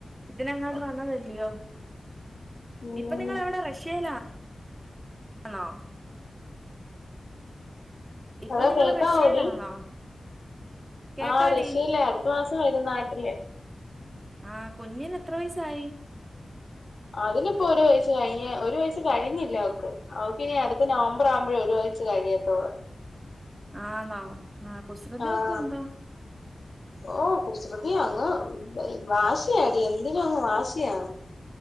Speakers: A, on the right (about 20°); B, on the left (about 55°).
A: ഇതിനങ്ങാണ്ട് വന്നതല്ലിയോ
B: ഉം
A: ഇപ്പൊനിങ്ങളെവിടെ റഷ്യയിലാ ആണോ ഇപ്പൊ
B: <unintelligible>
A: നിങ്ങള്
B: കേക്കാവൊടി?
A: റഷ്യയിലാണോ കേക്കാടി
B: ആഹ റഷ്യലാ അടുത്തമാസംവരും നാട്ടില്
A: ആഹ കുഞ്ഞന്എത്രവയസായി?
B: അതിനിപ്പോ ഒരുവയസ്സ് കഴിഞ്ഞ് ഒരുവയസ്സ്കഴിഞ്ഞില്ലാവക്ക് അവക്ക്നി അടുത്ത്നവംബറാആവുമ്പഴേഒരു വയസ് <unintelligible>
A: ആണോ? ആ കുസൃതിയൊക്കെ
B: ആഹ
A: ഉണ്ടോ
B: ഓ കുസൃതി യാ അങ്ങ് വാശിയാടി എന്തിനും അങ്ങ് വാശിയാ